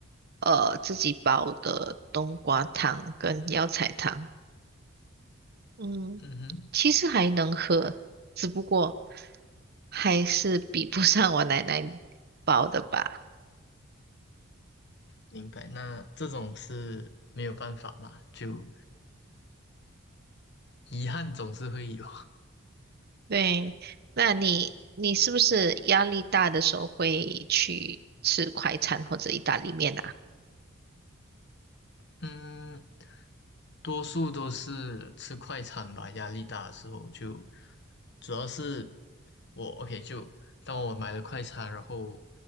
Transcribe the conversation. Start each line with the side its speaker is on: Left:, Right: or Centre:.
Right: 呃自己煲的冬瓜汤跟药材汤，嗯，
Left: 嗯哼，
Right: 其实还能喝，只不过还是比不上我奶奶煲的吧。
Left: 明白。那这种是没有办法嘛，就遗憾总是会有。
Right: 对，那你你是不是压力大的时候会去吃快餐或者意大利面啊？
Left: 嗯，多数都是吃快餐吧，压力大的时候就，主要是我 OK 就当我买了快餐，然后